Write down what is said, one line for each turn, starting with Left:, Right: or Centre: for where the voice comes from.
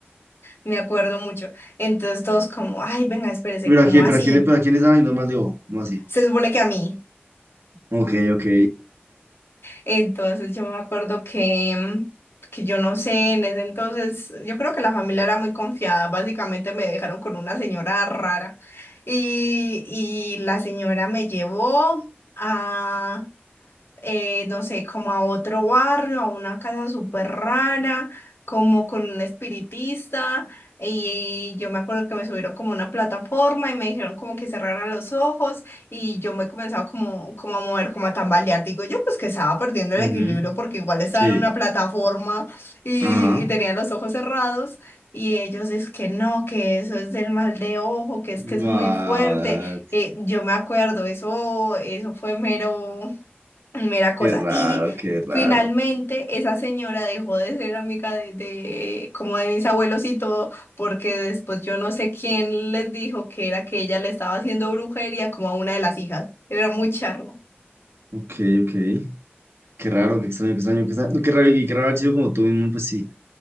Left: me acuerdo mucho. Entonces todos como, ay, venga, espérese,
Right: Pero
Left: ¿cómo
Right: aquí,
Left: así?
Right: pero aquí, pero aquí en esa normal de ojo, ¿cómo así?
Left: Se supone que a mí.
Right: Ok, ok.
Left: Entonces yo me acuerdo que, mm, que yo no sé, en ese entonces, yo creo que la familia era muy confiada, básicamente me dejaron con una señora rara y, y la señora me llevó a... eh, no sé, como a otro barrio, a una casa súper rara, como con un espiritista. Y yo me acuerdo que me subieron como a una plataforma y me dijeron como que cerrara los ojos y yo me comenzaba como, como a mover, como a tambalear. Digo yo pues que estaba perdiendo el
Right: Ujú,
Left: equilibrio porque igual estaba
Right: Sí,
Left: en una plataforma y,
Right: ajá.
Left: y tenía los ojos cerrados. Y ellos dicen que no, que eso es del mal de ojo, que es que
Right: Guau,
Left: es muy fuerte. Eh, yo me acuerdo, eso, eso fue mero. Mera cosa.
Right: qué raro,
Left: Y
Right: qué raro.
Left: finalmente esa señora dejó de ser amiga de, de- como de mis abuelos y todo, porque después yo no sé quién les dijo que era que ella le estaba haciendo brujería como a una de las hijas. Era muy charro.
Right: Ok, ok. Qué raro, qué extraño, qué extraño, qué extraño. Qué raro y qué raro haber sido como tú mismo, pues sí,